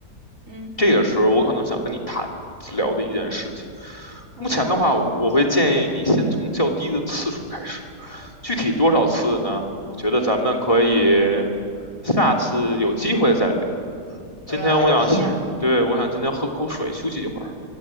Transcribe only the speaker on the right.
嗯，
哦，
可以呀